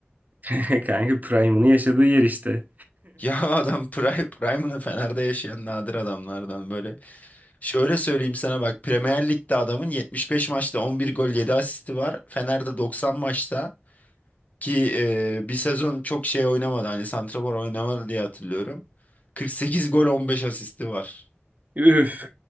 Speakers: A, on the right; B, on the left.
A: <laughs> Kanka Prime'ını yaşadığı yer işte.
B: Ya <laughs> adam Prime, Prime'ını Fener'de yaşayan nadir adamlardan böyle. Şöyle söyleyeyim sana bak Premier Lig'de adamın 75 maçta 11 gol 7 asisti var. Fener'de 90 maçta ki e, bir sezon çok şey oynamadı hani santrafor oynamadı diye hatırlıyorum. 48 gol 15 asisti var.
A: Üf.